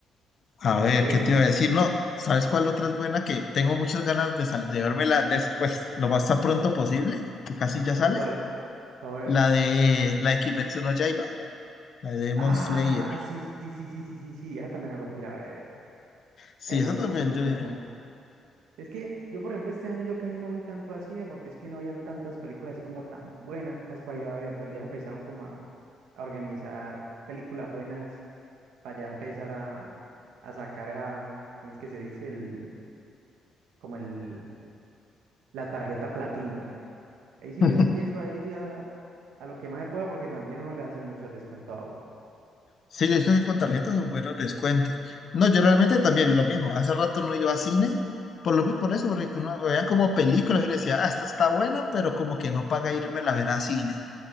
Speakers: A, on the left; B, on the right.
A: A ver,
B: Ven,
A: ¿qué te iba a decir? No, ¿sabes cuál otra es buena? Que tengo muchas ganas de, sal, de vérmela después, lo más tan pronto posible, que casi ya sale.
B: ¿cuál? A ver.
A: La de, la de Kimetsu no Yaiba, la de Demon
B: Ah,
A: Slayer.
B: sí, sí, sí, sí, sí, sí, sí, esa también aguanté a ver.
A: Sí,
B: En
A: eso
B: otros
A: también
B: sí
A: yo
B: tenemos.
A: diría.
B: Es que yo, por ejemplo, este año yo casi no fui tanto a cine porque es que no habían tantas películas así como tan buenas para ir a ver, pero ya empezaron como a, a organizar películas buenas para ya empezar a, a sacar a, ¿cómo es que se dice? El, como el, la tarjeta platino Ahí sí
A: <laughs>
B: yo empiezo a ir a, a lo que más se pueda porque también eso le hacen muchos descuentos a uno.
A: Sí, yo he visto que con tarjetas son buenos descuentos. No, yo realmente también lo mismo. Hace rato no iba a cine, por lo mi- por eso, porque uno veía como películas y le decía, ah, esta está buena, pero como que no paga irme la ver a cine.